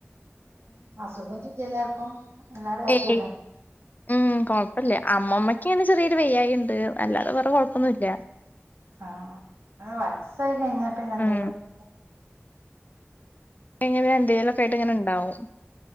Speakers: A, on the right; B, on the left.
A: ആഹ സുഖന്ന എല്ലാർക്കും എല്ലാരും ഹാപ്പി
B: ഏഹ്
A: അല്ലേ
B: ഉം കൊഴപ്പമില്ലേ അമ്മമ്മക്ക ഇങ്ങനെ ചെറിയൊരു വയ്യായി ഉണ്ട് അല്ലാതെ വേറെ കൊഴപ്പൊന്നുമല്ല
A: ആഹ അ വയസ്സായി കഴിഞ്ഞാ പിന്നെ എന്തലൊക്കെ
B: ഉം കഴിഞ്ഞെ എന്തേലൊക്കെയിട്ട്ങ്ങനെ ഉണ്ടാവും